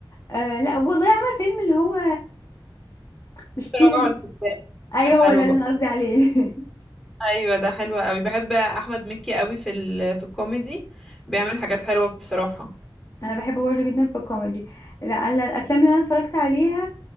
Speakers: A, on the left; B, in the centre.
A: آه لا والله عمل فيلم اللي هو مش طير
B: تراجع
A: انت
B: السيستم
A: ايوه
B: كان حلو
A: هو ده اللي
B: برضه
A: انا قصدي عليه <laughs>
B: ايوه ده حلو قوي بحب احمد مكي قوي في ال... في الكوميدي بيعمل حاجات حلوة بصراحة
A: انا بحبه برضه جدا في الكوميدي لا انا الافلام اللي انا اتفرجت عليها